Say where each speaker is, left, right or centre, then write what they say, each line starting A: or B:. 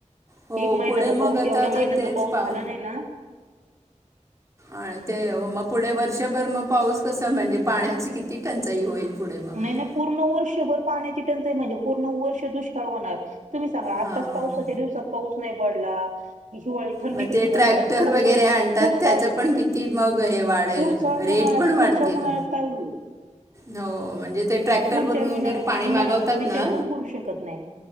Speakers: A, on the right; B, on the right.
A: हो
B: एक महिन्याचा
A: पुढे मग
B: पाऊस
A: आता
B: एवढ्या महिन्याचा
A: ते- तेच
B: पाऊस
A: पा
B: झाला नाही ना
A: आणि ते मग पुढे वर्षभर मग पाऊस कस म्हणजे पाण्याची किती टंचाई होईल पुढे मग
B: नाही नाही पूर्ण वर्षभर पाण्याची टंचाई म्हणजे पूर्ण वर्ष दुष्काळ होणार तुम्ही सांगा आत्ताच
A: हां
B: पावसाच्या दिवसात पाऊस नाही पडला हिवाळी थंडी
A: मग ते
B: कशी जाणार
A: ट्रॅक्टर
B: आणि पुढचा
A: वगैरे आणतात
B: पुढचा
A: त्याचं पण किती मग हे वाढेल
B: पुढचान
A: रेट पण वाढतील
B: पुढच्या मनळ्यास काय होईल
A: हो म्हणजे ते ट्रॅक्टर
B: पुढच्या
A: वून
B: विना
A: वगैरे पाणी
B: उन्हाळ्याचा
A: मागवतात
B: तर विचार
A: ना
B: पण करू शकत नाही